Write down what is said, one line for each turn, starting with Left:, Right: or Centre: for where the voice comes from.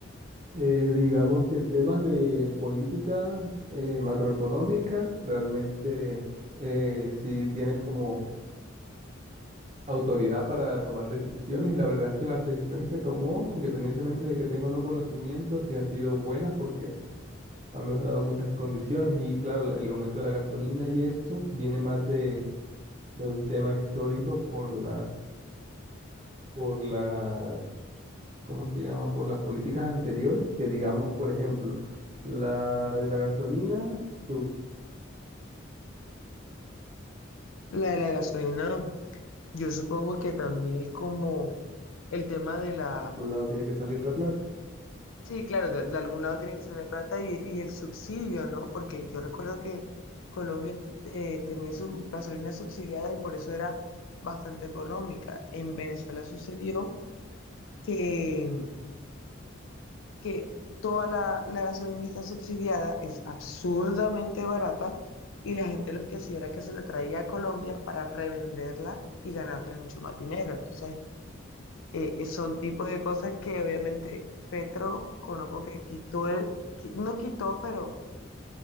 Right: Eh, digamos que en temas de política eh, macroeconómica, realmente eh, sí tiene como autoridad para tomar decisiones y la verdad es que las decisiones que tomó, independientemente de que tenga o no conocimiento, sí han sido buenas porque han mejorado muchas condiciones y claro, el aumento de la gasolina y eso viene más de, de un tema histórico por las, por las ¿cómo se llama? Por las políticas anteriores, que digamos, por ejemplo, la de la gasolina, su-
Left: La de la gasolina, yo supongo que también es como el tema de la...
Right: por un lado tiene que salir la plata.
Left: Sí, claro, de, de algún lado tiene que salir la plata y, y el subsidio, ¿no? Porque yo recuerdo que Colombia t- eh, tenía su gasolina subsidiada y por eso era bastante económica. En Venezuela sucedió que que toda la, la gasolina está subsidiada, es absurdamente barata y la gente lo que hacía era que se la traía a Colombia para revenderla y ganarle mucho más dinero. Entonces, eh, eh, son tipo de cosas que obviamente Petro conozco que quitó, el, qui- no quitó, pero